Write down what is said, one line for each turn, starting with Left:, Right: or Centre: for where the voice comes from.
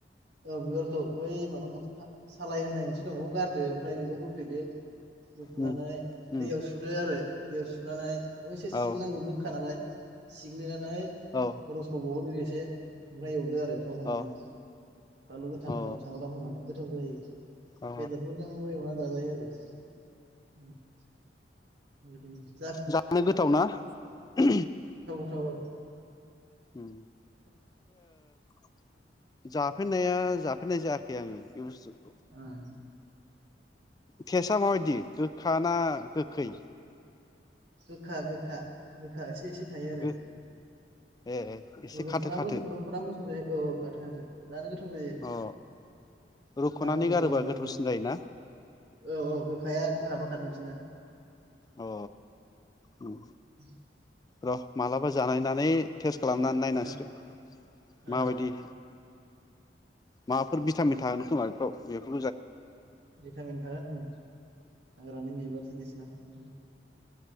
Right: औ बिबारखौै बै माबाखौ <unintelligible> सालाय होननाय मोनसे दं बेखौ गारदो ओमफ्राय बेखौ बो दुफैदो लुखुनानै
Left: उम उम
Right: दैयाव सुदो आरो दैयाव सुनानै बेखौ एसे सिग्लिनांगौ
Left: औ
Right: गोखा नालाय सिग्लिनानै
Left: औ
Right: रसखौ बहनग्रो एसे ओमफ्राय एवदो आरो थाव होनानै।
Left: औ
Right: बानलु गोथां
Left: औ
Right: थाव सामब्राम होनानै गोथाव जायो।
Left: औ
Right: बेदरफोरजोंबो एवनानै जाजायो आरो। उम <unintelligible>
Left: जानो गोथावना <inaudible>
Right: औ
Left: उम <inaudible> जाफेरनाया जाफेरनाय जायाखै आङो बे बुस्थु
Right: ओं
Left: फेस <unintelligible> दा माबायदि साना गोखै
Right: गोखा गोखा गोखाएसे एसे थायो आरो
Left: गो ए एसे
Right: रुखना
Left: खाथो खाथो
Right: रुखना बोसाव जायो औ खाथो खााथो जानो गोथाव जायो
Left: अ रुख'नानै
Right: नाफोरजों
Left: गारोबा
Right: बे उनाव
Left: गोथावसिन
Right: जाबायो
Left: जायोना
Right: औ औ गोखाया बहाबा खादों थिना
Left: अ उम
Right: <unintelligible>
Left: र माला बा जानायनानै टेस्ट खालामनानै नायनांसिगोन
Right: औ ओ
Left: माबायदि माबाफोर भिटामिन थागोन खोमा बेफ्राव बेफोर
Right: भिटामिन थागोन हाग्रानि बिबार जिनिस ना बे